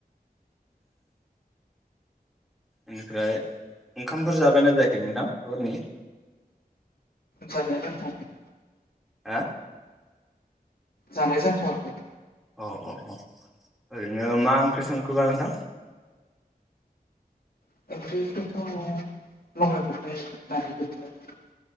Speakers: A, in the centre; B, on the left (about 65°).
A: बेनिफ्राय ओंखामफोर जाबायना जायाखै नोंथां हरनि
B: जानो जाथयाखै
A: हा
B: जानाय जाथ आखै
A: औ औ औ ओरैनो मा ओंख्रि संखोबा नोंथां
B: <unintelligible>